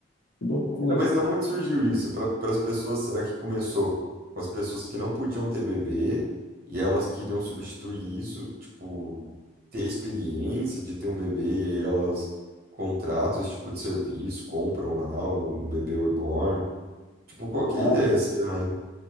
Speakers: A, on the left; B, on the right.
A: Que loucura,
B: cara, mas da onde surgiu isso? Para as pessoas, será que começou com as pessoas que não podiam ter bebê e elas queriam substituir isso, tipo, ter a experiência de ter um bebê e aí elas contratam esse tipo de serviço, compram lá um bebê reborn. Tipo, qual que
A: cara.
B: é a ideia, será, hein?